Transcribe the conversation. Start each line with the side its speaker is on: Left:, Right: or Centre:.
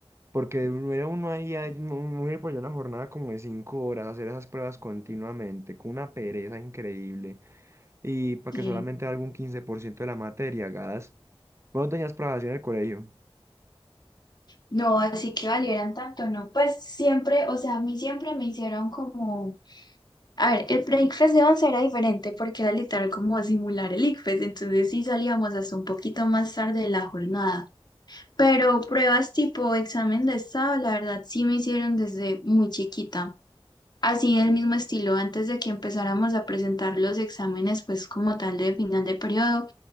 Right: Porque uno era uno ahí, ahí, uno uno ir por allá una jornada como de cinco horas, hacer esas pruebas continuamente, con una pereza increíble, y para
Left: Sí.
Right: que solamente algún 15% de la materia hagas. Bueno, tenías pruebas así en el colegio.
Left: No, así que valieran tanto, ¿no? Pues siempre, o sea, a mí siempre me hicieron como... A ver, el pre-ICFES de 11 era diferente porque era literal como simular el ICFES, entonces sí salíamos hasta un poquito más tarde de la jornada. Pero pruebas tipo examen de estado, la verdad sí me hicieron desde muy chiquita. Así del mismo estilo, antes de que empezáramos a presentar los exámenes, pues como tal de final de periodo,